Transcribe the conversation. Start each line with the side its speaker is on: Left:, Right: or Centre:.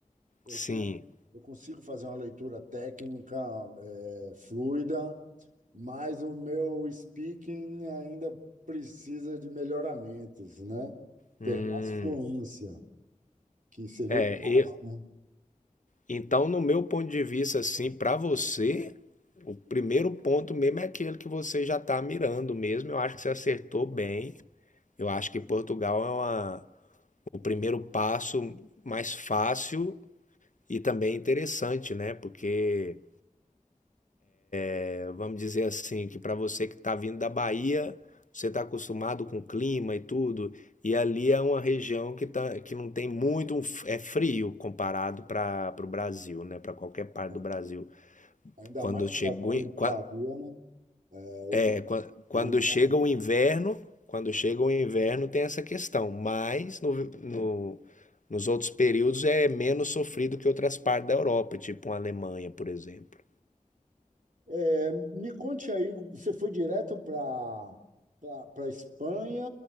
Right: Eu
Left: sim.
Right: tenho, eu consigo fazer uma leitura técnica, eh, fluida, mas o meu speaking ainda precisa de melhoramentos, né?
Left: Hum.
Right: Ter mais fluência, que seria
Left: É,
Right: o caso, né?
Left: Então, no meu ponto de vista, assim, para você, o primeiro ponto mesmo é aquele que você já está mirando mesmo. Eu acho que você acertou bem. Eu acho que Portugal é uma- o primeiro passo mais fácil e também interessante, né? Porque, é, vamos dizer assim, que para você que está vindo da Bahia, você está acostumado com o clima e tudo, e ali é uma região que, tá, que não tem muito, um f- é frio comparado para o Brasil, né? Para qualquer parte
Right: É,
Left: do Brasil.
Right: Ainda
Left: Quando
Right: mais
Left: chega
Right: tratando
Left: o, in-
Right: de
Left: qua-
Right: Bahia, né? É, o
Left: é, qua- quando
Right: clima.
Left: chega o inverno, quando chega o inverno tem essa questão, mas no, no- nos outros períodos é menos sofrido que outras partes da Europa, tipo a Alemanha, por exemplo.
Right: É, me conte aí, você foi direto para para Espanha,